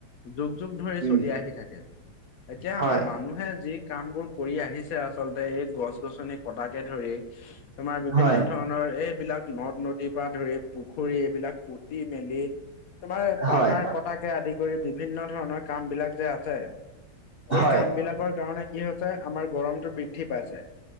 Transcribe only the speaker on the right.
উম
হয়
হয়
হয়
হয়